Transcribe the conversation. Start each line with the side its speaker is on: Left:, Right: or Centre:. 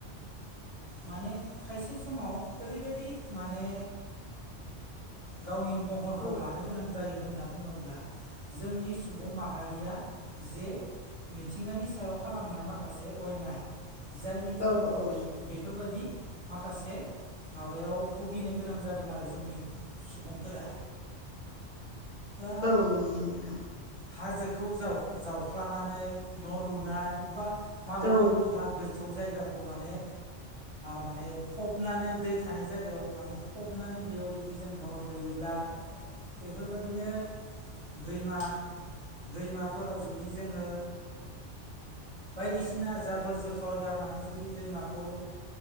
Right: माने खायसे समाव ओरैबायदि माने गावनि महरखौ
Left: औ
Right: लानो गोनां जायो होनना बुङोब्ला जोंनि सुबुं
Left: औ
Right: माहारिया जे मिथिंगानि सायाव खालामनाय माखासे अयनाय जायनि थाखआव
Left: औ
Right: बेफोरबायदि माखासे माबायाव भुगिनो गोनां जादों आरो जोंनि सुबुंफोरा दा
Left: औ नंगौ नोंथां।
Right: हाजोखौ जावख्लानानै न' लुनाय बा माबेबा
Left: औ
Right: दहा गोस गोथौ जायगाखौ माने माने फबनानै दै थानाय जायगायाव माने फबनानै बेयाव जुदि जदि जों न' लु लुयोब्ला बेफोरबायदिनो दैमा दैमाफोराव जुदि जोङो बायदिसिना जाबोर जोथर गारनानै जुदि दैमाखौ